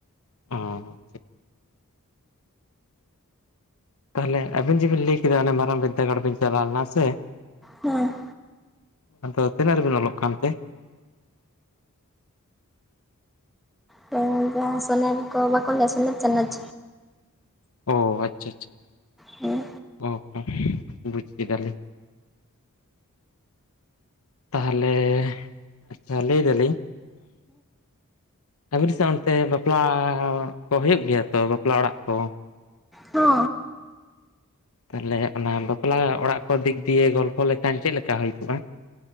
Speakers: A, on the left; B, in the centre.
A: ᱚᱦᱸ ᱛᱟᱦᱚᱞᱮ ᱟᱵᱤᱱ ᱡᱮᱵᱤᱱ ᱞᱟᱹᱭ ᱠᱮᱫᱟ ᱚᱱᱮ ᱢᱟᱨᱟᱝ ᱵᱤᱫᱽᱫᱟᱹᱜᱟᱲ ᱵᱤᱱ ᱪᱟᱞᱟᱣ ᱞᱮᱱᱟ ᱥᱮ
B: ᱦᱮᱸ
A: ᱟᱫᱚ ᱛᱤᱱᱟᱹᱜ ᱨᱮᱵᱤᱱ ᱚᱞᱚᱜ ᱠᱟᱱᱛᱮ?
B: ᱦᱮᱸ ᱡᱟᱦᱟᱸ ᱥᱚᱱᱮᱨ ᱠᱚ ᱵᱟᱠᱚ ᱞᱟᱹᱭᱟ ᱥᱚᱱᱮᱨ ᱪᱟᱱᱟᱪ
A: ᱚ ᱟᱪᱷᱟ ᱟᱪᱷᱟ
B: ᱦᱮᱸ
A: ᱚ ᱦᱚᱸ ᱵᱩᱡᱽ ᱠᱮᱫᱟᱞᱤᱧ᱾ ᱛᱟᱦᱚᱞᱮ ᱟᱪᱪᱷᱟ ᱞᱟᱹᱭ ᱫᱟᱞᱤᱧ ᱟᱵᱤᱱ ᱥᱮᱱ ᱚᱱᱛᱮ ᱵᱟᱯᱞᱟ ᱠᱚ ᱦᱩᱭᱩᱜ ᱜᱮᱭᱟ ᱛᱚ ᱵᱟᱯᱞᱟ ᱚᱲᱟᱜ ᱠᱚ᱾
B: ᱦᱚ
A: ᱛᱟᱦᱚᱞᱮ ᱚᱱᱟ ᱵᱟᱯᱞᱟ ᱚᱲᱟᱜ ᱠᱚ ᱫᱤᱠ ᱫᱤᱭᱮ ᱜᱚᱞᱯᱷᱚ ᱞᱮᱠᱷᱟᱱ ᱪᱮᱫ ᱞᱮᱠᱟ ᱦᱩᱭ ᱠᱚᱜᱼᱟ